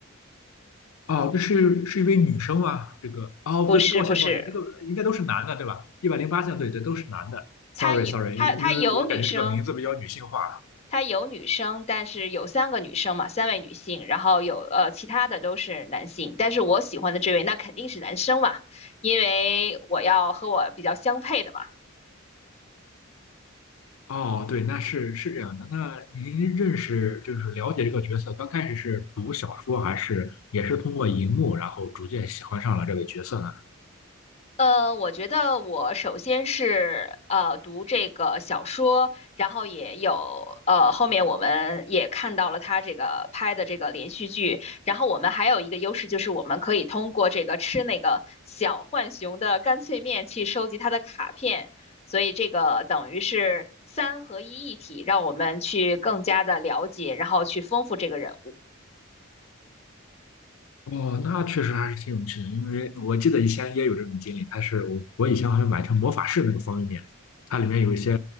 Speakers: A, on the left; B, on the left.
A: 哦，这是是一位女生吗？这个，哦，
B: 不是不是，
A: 对，抱歉，抱歉，这个应该都是男的，对吧？一百零八将，对对，都是男的。Sorry，Sorry，
B: 她有她她有女生
A: 因因为我感觉这个名字比较女性化。
B: 他有女生，但是有三个女生嘛，三位女性，然后有呃其他的都是男性，但是我喜欢的这位那肯定是男生嘛，因为我要和我比较相配的嘛。
A: 哦，对，那是是这样的。那您认识就是了解这个角色，刚开始是读小说，还是也是通过荧幕，然后逐渐喜欢上了这个角色呢？
B: 呃，我觉得我首先是呃读这个小说，然后也有呃后面我们也看到了他这个拍的这个连续剧，然后我们还有一个优势就是我们可以通过这个吃那个小浣熊的干脆面去收集他的卡片，所以这个等于是三合一一体，让我们去更加的了解，然后去丰富这个人物。
A: 哦，那确实还是挺有趣的，因为我记得以前也有这种经历。它是我我以前好像买成魔法师那个方便面，它里面有一些